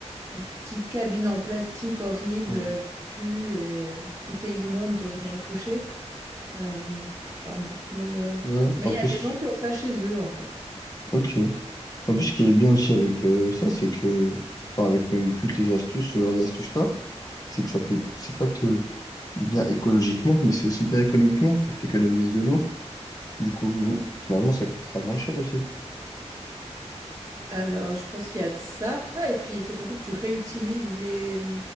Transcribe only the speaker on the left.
Mm.
Ouais,
en
plus,
ok. En plus, ce qui est bien aussi avec euh, ça, c'est que, enfin, avec même toutes les astuces, ce genre d'astuces-là, c'est que ça fait, c'est pas que bien écologiquement, mais c'est aussi bien économiquement. Faut que t'économises de l'eau. Du coup, finalement, ça coûtera moins cher aussi.